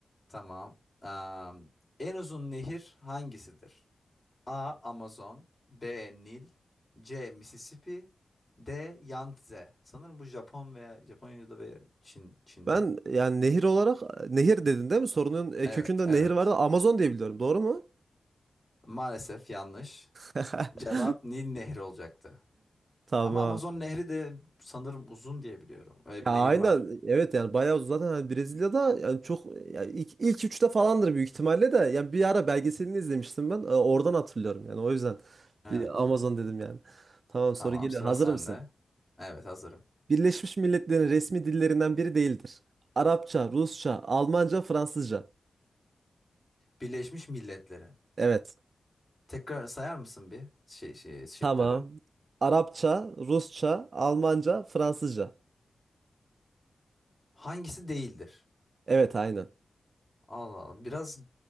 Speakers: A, on the left; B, on the right.
A: Tamam. Am, en uzun nehir hangisidir? A. Amazon, B. Nil, C. Mississippi, D. Yangtze. Sanırım bu Japon veya Japonya'da veya Çin, Çin'de.
B: Ben yani nehir olarak nehir dedin değil mi? Sorunun e,
A: Evet,
B: kökünde
A: evet.
B: nehir vardı. Amazon diye biliyorum. Doğru mu?
A: Maalesef yanlış.
B: <laughs>
A: Cevap Nil Nehri olacaktı.
B: Tamam.
A: Ama Amazon Nehri de sanırım uzun diye biliyorum. Öyle bir
B: Ya
A: nehir
B: aynen.
A: var.
B: Evet yani bayağı zaten hani Brezilya'da yani çok yani ilk, ilk üçte falandır büyük ihtimalle de. Yani bir ara belgeselini izlemiştim ben. E, Oradan hatırlıyorum yani o yüzden.
A: Evet,
B: Bir Amazon
A: evet.
B: dedim yani. Tamam
A: Tamam,
B: soru geliyor.
A: sıra
B: Hazır
A: sende.
B: mısın?
A: Evet, hazırım.
B: Birleşmiş Milletler'in resmi dillerinden biri değildir. Arapça, Rusça, Almanca, Fransızca.
A: Birleşmiş Milletler'in.
B: Evet.
A: Tekrar sayar mısın bir şey, şey şıkları?
B: Tamam. Arapça, Rusça, Almanca, Fransızca.
A: Hangisi değildir?
B: Evet aynen.
A: Allah Allah. Biraz